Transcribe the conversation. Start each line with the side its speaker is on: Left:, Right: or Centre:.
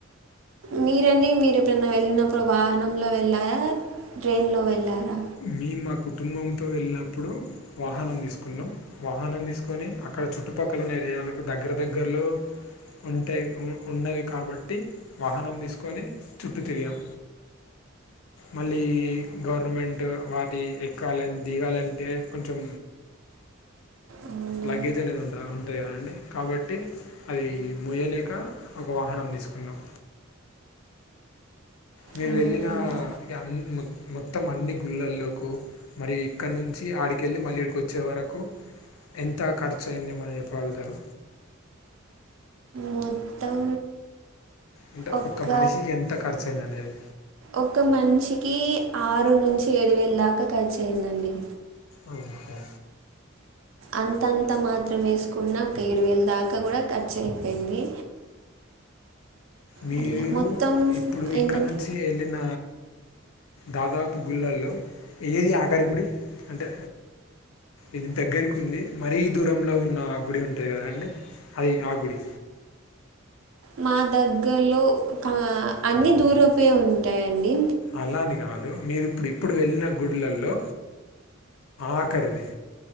Right: మీరండి మీరు ఎప్పుడన్నా వెళ్ళినప్పుడు వాహనంలో వెళ్ళారా ట్రైన్లో వెళ్ళారా
Left: మేము మా కుటుంబంతో వెళ్ళినప్పుడు వాహనం తీసుకున్నాం వాహనం తీసుకొని అక్కడ చుట్టుపక్కల ఉన్న ఏరియలకు దగ్గర దగ్గరలో ఉంటే ఉన్నవి కాబట్టి వాహనం తీసుకొని చుట్టూ తిరిగాం మళ్ళీ గవర్నమెంట్ వాటి ఎక్కాలని దిగాలంటే కొంచెం
Right: అవునా
Left: లగేజ్ అనేది ఉంట ఉంటుంది కదా అండి కాబట్టి అది మోయలేక ఒక వాహనం తీసుకున్నాం మీరు
Right: అవునా
Left: వెళ్ళిన
Right: అండి
Left: అ మొత్తం అన్ని గుళ్ళల్లోలకు మరియు ఇక్కడి నుంచి ఆడికెళ్ళి మళ్ళీ ఇక్కడికి వచ్చే వరకు ఎంత ఖర్చు అయిందో మన చెప్పగలుగుతారు
Right: మొత్తం
Left: అంటే
Right: ఒక
Left: ఒక్క మనిషికి ఎంత ఖర్చు అయింది అనేది
Right: ఒక మషికి ఆరు నుంచి ఏడు వేల దాకా ఖర్చు అయ్యందండి
Left: అకా
Right: అంతంత మాత్రం వేసుకున్న ఒక ఏడు వేల దాకా కూడా ఖర్చు అయిపోయింది
Left: మీరు
Right: అలా మొత్తం
Left: ఇప్పుడు ఇక్క
Right: ఏంటంటే
Left: నుంచి వెళ్ళిన దాదాపు గుళ్ళల్లో ఏది ఆఖరికుడి అంటే ఇది దగ్గరికు ఉంది మరీ దూరంలో ఉన్న ఆ గుడి ఉంటుంది కదా అండి అది ఆ గుడి
Right: మా దగ్గరలో అన్ని దూరంవే ఉంటాయిండి
Left: అలాని కాదు మీరు ఇప్పుడు ఇప్పుడు వెళ్ళిన గుళ్లల్లో ఆఖరిది